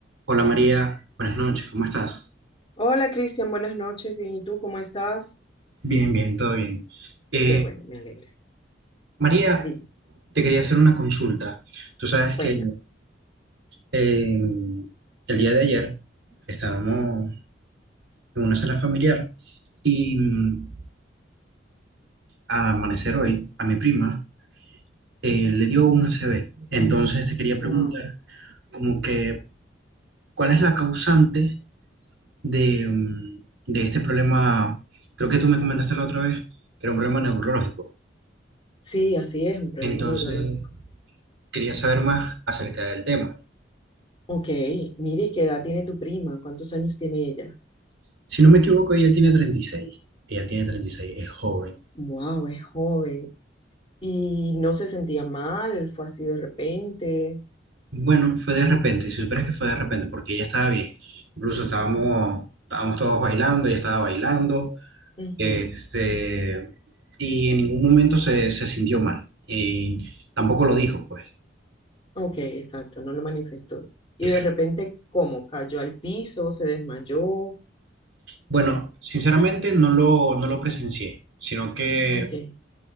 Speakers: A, on the right; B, on the left.
A: Hola María, buenas noches, ¿cómo estás?
B: Hola Cristian, buenas noches, bien, ¿y tú cómo estás?
A: Bien, bien, todo bien. Eh,
B: Qué bueno, me alegra.
A: María,
B: Dime,
A: te quería hacer una consulta. Tú sabes
B: cuéntame.
A: que eh, el día de ayer estábamos en una cena familiar y mm, al amanecer hoy a mi prima eh, le dio un ACV. Entonces te quería preguntar
B: Wow.
A: como que, ¿cuál es la causante de, mm, de este problema? Creo que tú me comentaste la otra vez que era un problema neurológico.
B: Sí, así es, un problema
A: Entonces,
B: neurológico.
A: quería saber más acerca del tema.
B: Ok, mire, ¿y ¿qué edad tiene tu prima? ¿Cuántos años tiene ella?
A: Si no me equivoco, ella tiene 36. Ella tiene 36, es joven.
B: Wow, es joven. Y no se sentía mal, fue así de repente.
A: Bueno, fue de repente, si supieras que fue de repente, porque ella estaba bien. Incluso estábamos, estábamos todos bailando, ella estaba bailando,
B: Ujú,
A: este, y en ningún momento se, se sintió mal. Y tampoco lo dijo, pues.
B: Ok, exacto, no lo manifestó. Y
A: Exacto.
B: de repente, ¿cómo? Cayó al piso, se desmayó.
A: Bueno, sinceramente no lo, no lo presencié, sino que
B: Ok.